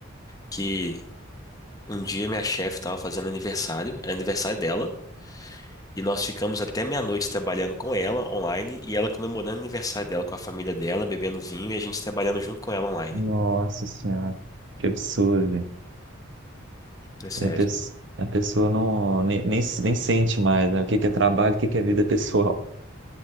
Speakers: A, on the left (about 15°); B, on the right (about 60°).
A: que um dia minha chefe estava fazendo aniversário, era aniversário dela, e nós ficamos até meia-noite trabalhando com ela online e ela comemorando o aniversário dela com a família dela, bebendo vinho e a gente trabalhando junto com ela online.
B: Nossa Senhora, que absurdo, velho.
A: É sério.
B: A pes- a pessoa não, nem, nem, se- nem sente mais, né? O que que é trabalho, o que que é vida pessoal.